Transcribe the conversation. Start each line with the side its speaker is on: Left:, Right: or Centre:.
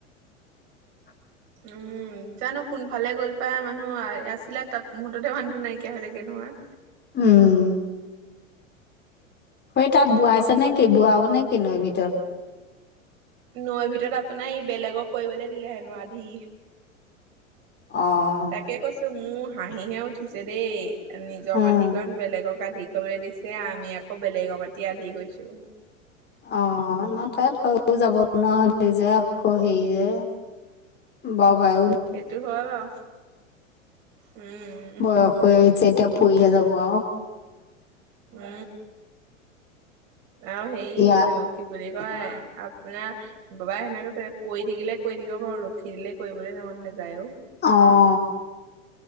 Left: <unintelligible>
Right: উম জানো কোনফালে গ'ল পাই মানুহ আছিলে তাত মুহূৰ্তহে মানুহটো নাইকিয়া হৈ থাকে নহয়।
Left: উম। সেই তাত বোৱাইছে নে কি বোৱাব নেকি নৈ ভিতৰত?
Right: নৈৰ ভিতৰত আপোনাৰ সি বেলেগক কৰিবলে দিলে হেনো আধি।
Left: অঁ
Right: তাকে কৈছো মোৰ হাঁহিহে উঠিছে দেই। নিজৰ
Left: উম
Right: মাটিকণ বেলেগক আধি কৰিবলৈ দিছে, আমি আকৌ বেলেগৰ মাটি আধি কৰিছোঁ।
Left: অৱ ন তাত যাব নহ'লে যে আকৌ হেৰি যে। বৰ বাইউট।
Right: সেইটো হয় বাও উম।
Left: বয়স হৈ আহিছে এতিয়া পৰিহে যাব আও।
Right: উম আৰু সেই
Left: ইয়া
Right: হেনু কি বুলি কয় আপোনাৰ বাবাই সেনেকে কয় কৰি থাকিলে কৰি থাকিব পাৰো ৰখি দিলে কৰিবলৈ ত মন নাযায়ও অ।
Left: অৱ।